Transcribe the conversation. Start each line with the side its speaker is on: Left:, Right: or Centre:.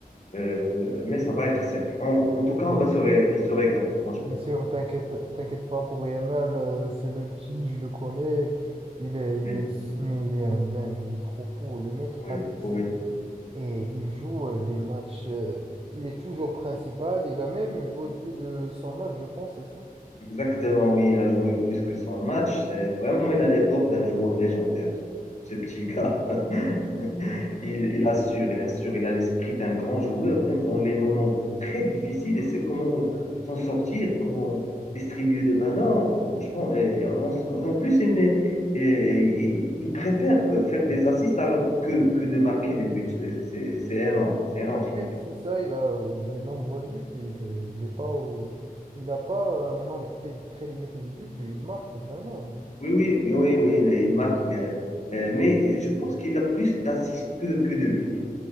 Left: Euh, mais ça va être serré. En, en tout cas,
Right: Bien
Left: on va se, ré- se régaler, franchement.
Right: bien sûr, t'inquiète, t'inquiète pas pour Yamal, euh, c'est le petit, je le connais. Il est, il
Left: Mais,
Right: est, mais il est un dingue, il est trop fou. Le mec
Left: oui,
Right: a 17
Left: oui.
Right: ans et il joue euh, des matchs. euh, il est toujours principal, il a même joué plus de 100 matchs, je pense, c'est ça?
Left: Exactement, oui, il a joué plus que son match. C'est vraiment, il a l'étoffe d'un joueur légendaire, ce ce petit gars. <laughs> Il, il assure, il assure, il a l'esprit d'un grand joueur, même dans les moments très difficiles. Il sait comment s'en sortir, comment distribuer le ballon. Franchement, et en, en plus, il, n'est- et- il, il préfère faire des assists alors que, que de marquer des buts. C'est c'est- c'est énorme, c'est énorme ce qu'il
Right: Même
Left: fait.
Right: si ça, il a euh, de nombreux buts, il est, il est pas au- il n'a pas un nombre tel- très limité de buts, il marque vraiment, lui.
Left: Oui, oui, oui, oui, oui, il est- il marque. il est- euh, mais euh, je pense qu'il a plus d'assists que, que de buts.